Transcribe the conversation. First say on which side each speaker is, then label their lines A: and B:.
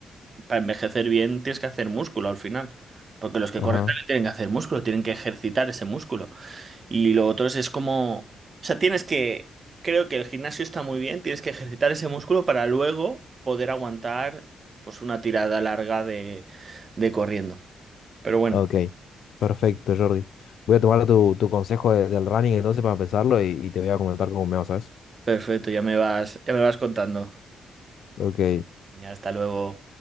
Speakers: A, on the right; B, on the left.
A: para envejecer bien tienes que hacer músculo al final. Porque los que
B: Ajá,
A: corren también tienen que hacer músculo, tienen que ejercitar ese músculo. Y lo otro es, es como... O sea, tienes que... Creo que el gimnasio está muy bien, tienes que ejercitar ese músculo para luego poder aguantar pues una tirada larga de, de corriendo. Pero bueno,
B: ok, perfecto, Jordi. Voy a tomar tu, tu consejo de- del running entonces para empezarlo y, y te voy a comentar cómo me va, ¿sabes?
A: perfecto, ya me vas, ya me vas contando.
B: Ok.
A: Venga, hasta luego.